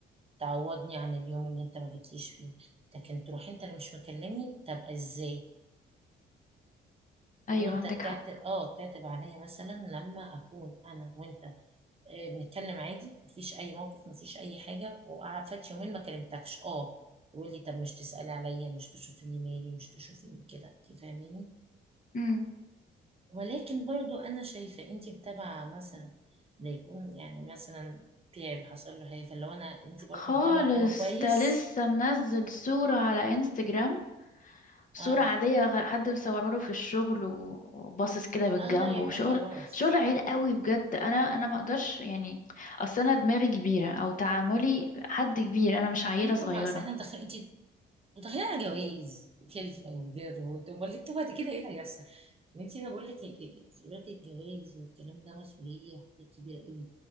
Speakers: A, on the right (about 30°); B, on the left (about 40°).
A: تعوضني عن اليوم اللي انت ما جيتليش فيه لكن تروح انت اللي مش مكلمني طب ازاي
B: ايوه
A: يقولوا انت
B: عندك
A: تعتب
B: حق
A: اه تعتب عليا مثلا لما اكون انا وانت آه، بنتكلم عادي مفيش اي موقف مفيش اي حاجه وقعد فات يومين ما كلمتكش اه يقول لي طب مش تسالي عليا مش تشوفيني مالي مش تشوفيني كده انت فاهميني
B: امم
A: ولكن برضو انا شايفه انت متابعه مثلا ده يكون يعني مثلا تعب حصل له حاجه فلو انا انت برضو
B: خالص
A: متابعه ان هو كويس
B: ده لسه منزل صورة على انستجرام صورة
A: اه
B: عادية غ- حد مصورها له في الشغل و- وباصص كده بالجنب
A: الله يبقى
B: وشغل
A: خلاص
B: شغل عيل قوي بجد انا انا ما اقدرش يعني اصل انا دماغي كبيرة او تعاملي حد كبير انا مش عيلة
A: ايوه
B: صغيرة
A: ما اصل احنا داخلين انت داخلين على جوايز كلفه ودير وت- امال انتوا بعد كده ايه اللي هيحصل؟ انت انا بقول لك دلوقتي الجواز والكلام ده مسؤوليه حاجات كبيره قوي